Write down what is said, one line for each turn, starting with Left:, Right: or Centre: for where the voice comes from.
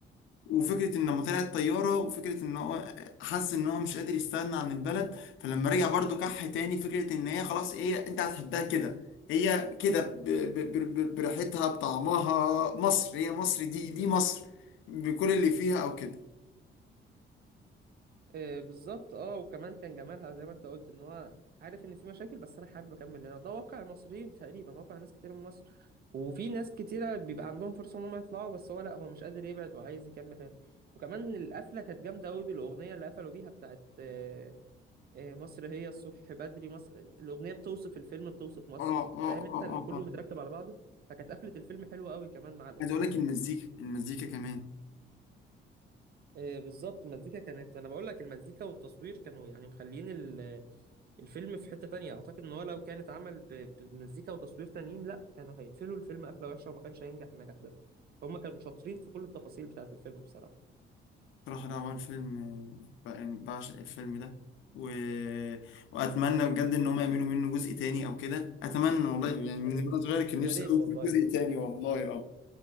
Left: وفكرة ان لما طلعت طيارة وفكرة ان هو حس ان هو مش قادر يستغنى عن البلد فلما رجع برضو كح تاني فكرة ان هي خلاص هي انت هتحبها كده هي كده ب- ب- ب- ب- بريحتها بطعمها مصر هي مصر دي دي مصر بكل اللي فيها او كده
Right: آه بالظبط اه وكمان كان جمالها زي ما انت قلت ان هو عارف ان في مشاكل بس انا حابب اكمل هنا ده واقع المصريين تقريبا واقع ناس كتير من مصر وفي ناس كتيرة بيبقى عندهم فرصة ان هم يطلعوا بس هو لا هو مش قادر يبعد وعايز يكمل هنا وكمان القفلة كانت جامدة قوي بالأغنية اللي قفلوا بيها بتاعت آه، آه، مصر هي الصبح بدري مصر الأغنية بتوصف الفيلم بتوصف مصر
Left: اه اه
Right: فاهم انت
Left: اه اه
Right: كله
Left: اه
Right: متركب على بعضه فكانت قفلة الفيلم حلوة قوي كمان مع الأغنية
Left: عايز اقول لك
Right: يعني
Left: المزيكا المزيكا كمان
Right: آه، بالظبط المزيكا كانت انا بقول لك المزيكا والتصوير كانوا يعني مخليين ال- الفيلم في حتة تانية اعتقد ان هو لو كانت عمل ب- بمزيكا وتصوير تانيين لا كانوا هيقفلوا الفيلم قفلة وحشة وما كانش هينجح النجاح ده فهم كانوا شاطرين في كل التفاصيل بتاعة الفيلم بصراحة
Left: بصراحة ده أول فيلم آه، بقى- يعني بعشق الفيلم ده و... وأتمنى بجد إن هم يعملوا منه جزء تاني أو كده أتمنى والله يعني من
Right: يعني
Left: وأنا صغير كان
Right: يا
Left: نفسي
Right: ريت
Left: أوي
Right: والله
Left: في جزء تاني والله أه